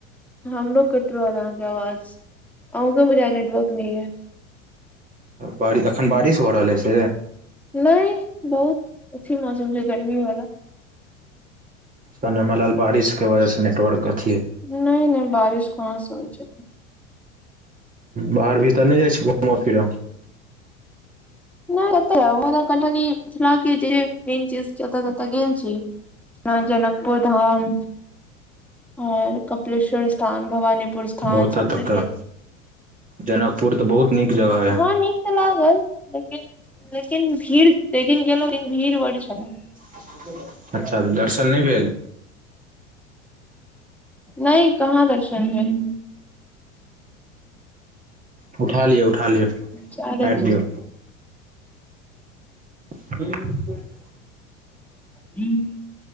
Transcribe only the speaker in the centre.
हमरोग कट रहो अहाँके आवाज आउगा मुझा नेटवर्क नई है।
नहि बहुत अच्ी मौसम छै गर्मी वाला।
नहि नहि बारिश कहाँ से होइ छै
नहि एतऽ' हम कनिनी क जे मेन चीज छैत त गेल छी। जनकपुर धाम आओर कपिलेश्वर स्थान भवानीपुर स्थान
स्त।
हँ नीक तऽ लागल, लेकिन लेकिन भीड़ एक दिन गेलहुँ, ओहि दिन भीड़ बड़ छलै।
नै कहाँ दर्शन भेल।
सैह देखियौ
<inaudible>